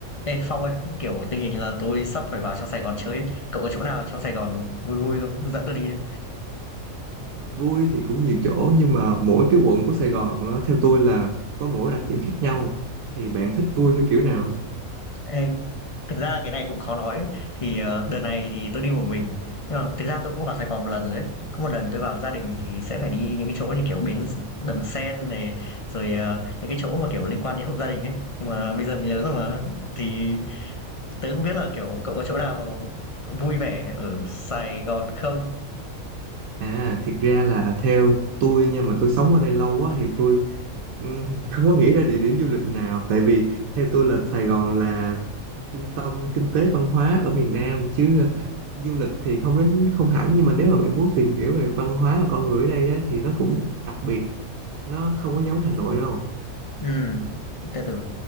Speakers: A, on the left (about 40°); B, on the right (about 80°).
A: Ê Phong ơi, kiểu tình hình là tôi sắp phải vào trong Sài Gòn chơi ấy. Cậu có chỗ nào trong Sài Gòn vui vui không? Dẫn tôi đi đấy.
B: vui thì cũng nhiều chỗ nhưng mà mỗi cái quận của Sài Gòn nó theo tôi là có mỗi đặc điểm khác nhau thì bạn thích vui theo kiểu nào
A: Ê, thực ra cái này cũng khó nói. ấy. Thì ờ, đợt này thì tôi đi một mình. Nhưng mà thực ra tôi cũng có vào Sài Gòn một lần rồi ấy. Có một lần tôi vào với gia đình thì sẽ phải đi những cái chỗ như kiểu bến Đầm Sen này, rồi ờ, những cái chỗ mà kiểu liên quan đến hộ gia đình ấy. Nhưng mà bây giờ mình lớn rồi mà. Thì tớ không biết là kiểu cậu có chỗ nào vui vẻ ở Sài Gòn không?
B: à thiệt ra là theo tôi nha mà tôi sống ở đây lâu á thì tôi ừm, <laughs> không có nghĩ ra địa điểm du lịch nào tại vì theo tôi là Sài Gòn là trung tâm kinh tế văn hóa ở miền Nam chứ ờ, du lịch thì không đến không hẳn nhưng mà nếu mà bạn muốn tìm hiểu về văn hóa và con người ở đây á, thì nó cũng đặc biệt nó không có giống Hà Nội đâu
A: Ừ, từ từ,